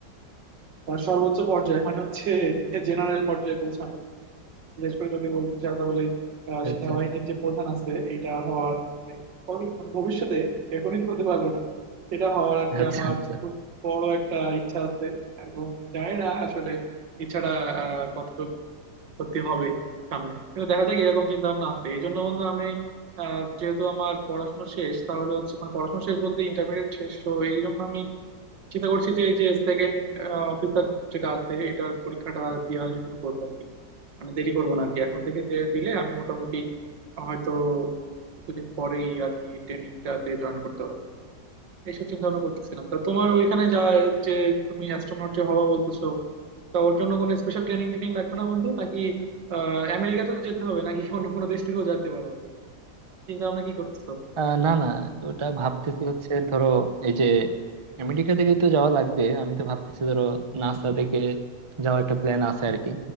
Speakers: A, on the right (about 80°); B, on the right (about 30°).
A: আহ সর্বোচ্চ পর্যায়ে মানে হচ্ছে জেনারেল পর্যায়ে পৌঁছানো বিশেষ করে যদি বলতে চাও তাহলে আহ, সেনাবাহিনীর
B: আচ্ছা
A: যে প্রধান আছে এটা হওয়ার মানে কবি- মানে ভবিষ্যতে এখনই বলতে পারবো না এটা হওয়ার আর কি
B: আচ্ছা
A: আমার
B: আচ্ছা
A: খুব বড় একটা ইচ্ছা আছে এখন জানি না আসলে ইচ্ছাটা আহ কতটুকু সত্যি হবে সামনে কিন্তু দেখা যাক এরকম চিন্তা ভাবনা আছে এই জন্য বন্ধু আমি আহ যেহেতু আমার পড়াশোনা শেষ তাহলে হচ্ছে মানে পড়াশোনা শেষ বলতে ইন্টারমিডিয়েট শেষ তো এই জন্য আমি চিন্তা করছি যে এই যে সেকেন্ড অফিসার যেটা আছে এটার পরীক্ষাটা দেওয়া শুরু করবো আর কি মানে দেরি করবো না আর কি এখন থেকে যে দিলে আমি মোটামুটি হয়তো কিছুদিন পরেই আর কি ট্রেনিংটাতে জয়েন করতে পারবো এইসব চিন্তা ভাবনা করতেছিলাম তা তোমার ওইখানে যা যে তুমি অ্যাস্ট্রোনট যে হবা বলতেছো তা ওর জন্য কোনো স্পেশাল ট্রেনিং ট্রেনিং লাগবে না বন্ধু নাকি আহ আমেরিকাতে তো যেতে হবে নাকি অন্য কোনো দেশ থেকেও যেতে পারো চিন্তা ভাবনা কি করতেছো
B: আহ না না ওটা ভাবতেছি হচ্ছে ধরো এই যে আমেরিকা থেকে তো যাওয়া লাগবে আমি তো ভাবতেছি ধরো নাসা থেকে যাওয়া একটা প্ল্যান আছে আর কি